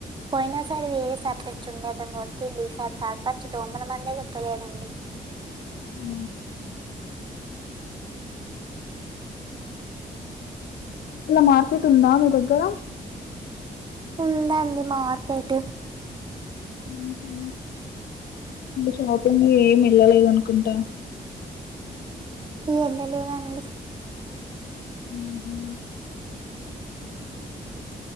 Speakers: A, on the right; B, on the left.
A: పోయినా సారి వేరే సర్పంచ్ ఉండే అతను కొట్టిండు ఈసారి సర్పంచ్ దోమల మందే గొట్టలేదండి
B: <inaudible> ఊర్ల మార్కెట్ ఉందా మీ దగ్గర
A: ఉందండి మార్కెట్
B: ఉమ్ హూ ఇంగ షాపింగ్ ఏమ్ వెళ్ళలేదు అనుకుంటా
A: ఇగ యేళ్ళ లేదండి
B: ఉమ్ హూ